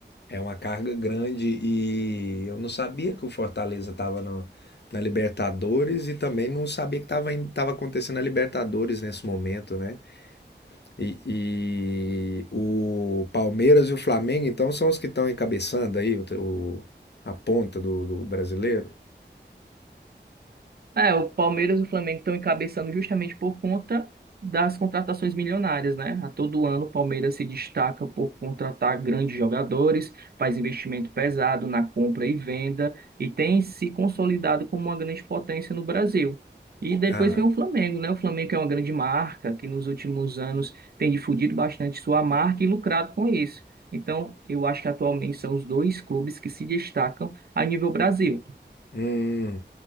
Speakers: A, on the left; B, on the right.
A: é uma carga grande e eu não sabia que o Fortaleza estava na Libertadores e também não sabia que estava tava acontecendo a Libertadores nesse momento, né? E, e o Palmeiras e o Flamengo, então, são os que estão encabeçando aí o, o- a ponta do, do brasileiro.
B: É, o Palmeiras e o Flamengo estão encabeçando justamente por conta das contratações milionárias, né? A todo ano o Palmeiras se destaca por contratar grandes jogadores, faz investimento pesado na compra e venda e tem se consolidado como uma grande potência no Brasil. E depois
A: Ah,
B: vem o Flamengo, né? O Flamengo é uma grande marca que nos últimos anos tem difundido bastante sua marca e lucrado com isso. Então, eu acho que atualmente são os dois clubes que se destacam a nível Brasil.
A: hum.